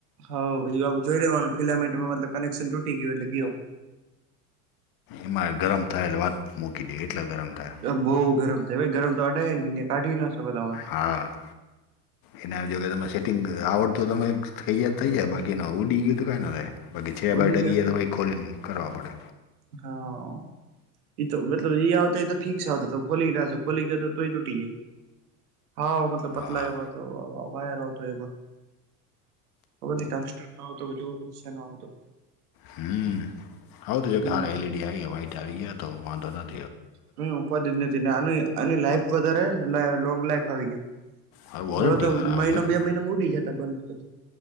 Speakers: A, on the right; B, on the left.
A: હ એ જોઈ લેવાનું ફિલામેન્ટ માલ કનેક્શન તૂટી ગયું એટલે ગયો.
B: એમાં ગર થાયલા વાત મૂકી દે કેટલા ગરમ. થાય
A: અ ભા ગરમ થ ભ ગરમ તો આડાા કાઢી ના શકો તમેં.
B: હ <unintelligible> એને જો તો આવડત તમે કૈયાદ થઈ જાય બાકી ન ઉડી ગયું તો કઈ ના થાય. બાકી છે
A: ઉડી
B: બાય ડગીયા
A: ગયા
B: તો ભ ખોલીને કરવા પડે.
A: હા, તો મતલબ આવતો એ તો ફિક્સ આવતો ખોલી ના છો ખોલી ગ તૂટી ગઈ, હા મતલબ પતલા
B: હા
A: એમાં તો વા તો એમાં. બધી ટંગસ્ટ નતો નતો.
B: હમ્મ. હવ તો
A: હમ
B: એક હારે એલ ઈ ડી આવી ગયા, વાઇટ આવી ગયા તો વાંધો નથ
A: હમ્મ. ઉપાધિ જ નથી. ને આની-આની લાઈફ વધારે હેને લોંગ લાઈફ આવી ગયું.
B: હવે વોરંટી
A: ઓલા તો
B: વાળા
A: મહિનો
B: આવે જો ને
A: બે મહિનામાં ઉડી જતા બલ્બ તો.